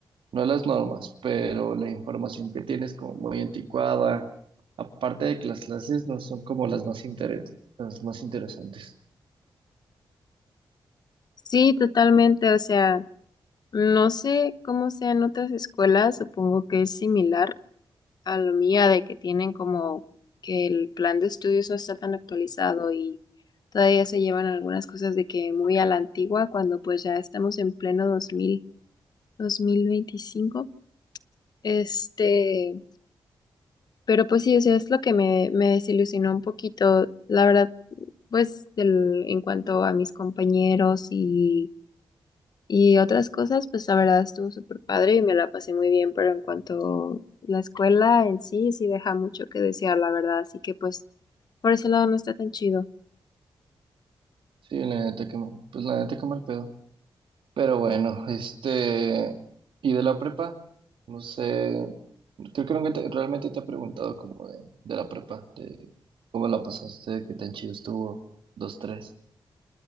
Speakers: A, on the right; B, on the left.
A: no las normas, pero la información que tienes como muy anticuada, aparte de que las clases no son como las más interes- las más interesantes.
B: Sí, totalmente, o sea, no sé cómo sean otras escuelas, supongo que es similar a la mía de que tienen como que el plan de estudios no está tan actualizado y todavía se llevan algunas cosas de que muy a la antigua cuando pues ya estamos en pleno dos dos mil dos mil veinticinco Este, Pero pues sí, o sea, es lo que me, me desilusionó un poquito, la verdad, pues del, en cuanto a mis compañeros y, y otras cosas, pues la verdad estuvo súper padre y me la pasé muy bien, pero en cuanto a la escuela en sí, sí deja mucho que desear, la verdad, así que pues por ese lado no está tan chido.
A: Sí, la neta que mal, pues la neta que mal pedo. Pero bueno, este, y de la prepa, no sé, creo que nunca te- realmente te he preguntado como de, de la prepa, de cómo la pasaste, qué tan chido estuvo, dos, tres.